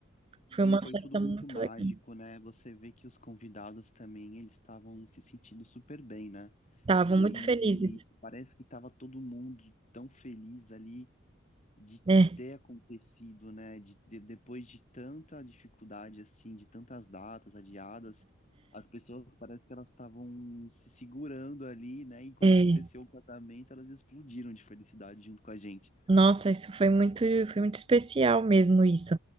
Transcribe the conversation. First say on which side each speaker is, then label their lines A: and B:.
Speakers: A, on the right (about 25°); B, on the left (about 35°).
A: Foi
B: E
A: uma
B: foi
A: festa
B: tudo muito
A: muito
B: mágico,
A: legal.
B: né? Você vê que os convidados também, eles estavam se sentindo super bem, né?
A: Estavam
B: Eles,
A: muito felizes,
B: parece que estava todo mundo tão feliz ali de
A: né?
B: ter acontecido, né? De, de- depois de tanta dificuldade, assim, de tantas datas adiadas, as pessoas parece que elas estavam se segurando ali, né? E quando
A: É.
B: aconteceu o casamento, elas explodiram de felicidade junto com a gente.
A: Nossa, isso foi muito, foi muito especial mesmo isso.